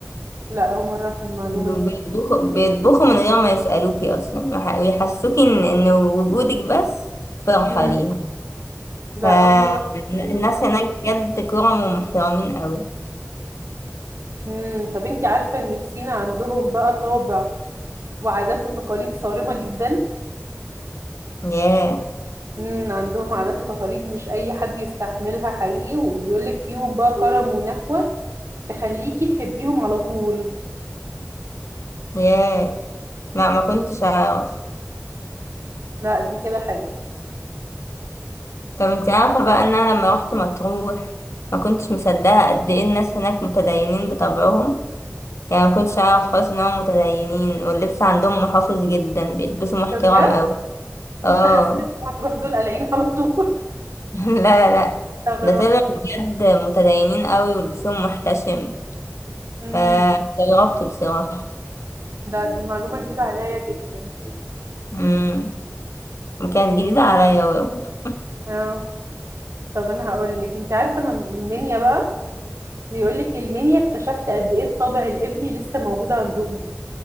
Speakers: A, on the right; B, on the left.
A: لا اول مره في المعلومه
B: وبيطبخوا
A: دي
B: بيطبخوا من غير ما يسألوكي اصلا وح- ويحسوكي ان ان وجودك بس فرحة
A: امم
B: ليهم
A: لا
B: فالناس
A: اول مره في الموضوع ده
B: هناك بجد كرم ومحترمين قوي
A: امم طب انت عارفه ان في سينا عندهم بقى طابع وعادات وتقاليد صارمه جدا
B: ياه
A: امم عندهم عادات وتقاليد مش اي حد يستحملها حقيقي وبيقول لك فيهم بقى كرم ونخوه تخليكي تحبيهم على طول
B: ياه ما ما كنتش اعرف
A: لا دي كده حقيقي
B: طب انت عارفة بقى ان انا لما روحت مطروح ما كنتش مصدقة قد ايه الناس هناك متدينين بطبعهم يعني ما كنتش اعرف خالص ان هم متدينين واللبس عندهم محافظ جدا بيلبسوا محترم
A: ده بجد
B: قوي اه
A: انا حسيت ان هتروح دول قلعين على طول
B: <laughs> لا لا
A: <laughs> استغرب
B: ده طلع بجد متدينين قوي ولبسهم محتشم
A: امم
B: فاستغربت بصراحة
A: لا دي معلومة جديدة عليا جدا
B: امم وكانت
A: جديد
B: جديدة عليا برضه
A: اه طب انا هقول لك انت عارفة انا من المنيا بقى بيقول لك المنيا اكتشفت قد ايه الطابع الابني لسه موجود عندهم